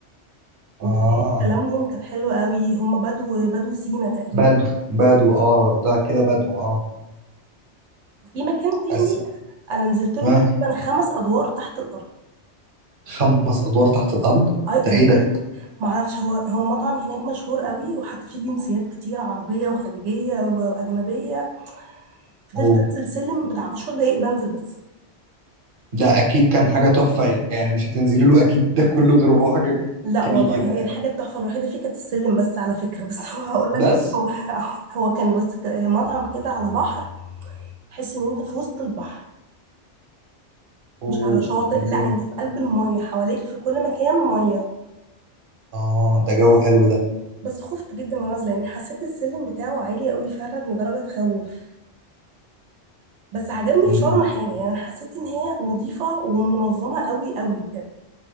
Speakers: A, on the right; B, on the right.
A: وطريقة
B: اه
A: كلامهم كانت حلوة قوي هم بدو بدو سينا تقريبا
B: بدو بدو اه ده كده بدو اه
A: وفي مكان تاني
B: بس
A: انا نزلت له
B: آه.
A: تقريبا خمس ادوار تحت الارض
B: خمس ادوار تحت الارض
A: اي انا
B: ده ايه
A: فضلت
B: ده
A: معرفش هو هو مطعم هناك مشهور قوي وحتى فيه جنسيات كتير عربية وخليجية واجنبية فضلت
B: اوه
A: انزل سلم بتاع 10 دقايق بنزل بس
B: ده اكيد كان حاجة تحفة يعني مش هتنزلي له اكيد ده كله غير وهو حاجة
A: لا
B: كبيرة
A: والله
B: يعني
A: هي الحاجه التحفه الوحيده فيه كانت السلم بس على فكره <laughs> بس هو هقول لك
B: بس
A: هو <laughs> هو كان بس ك- مطعم كده على بحر تحس ان انت في وسط البحر
B: اوه
A: مش على شاطئ
B: ده
A: لا
B: جو
A: انت في قلب الميه حواليك في كل مكان ميه
B: اه ده جو حلو
A: بس خفت جدا وانا نازله يعني حسيت السلم بتاعه عالي قوي فعلا لدرجه تخوف بس عجبني
B: ده
A: في شرم حاجه يعني حسيت ان هي نظيفه ومنظمه قوي قوي بجد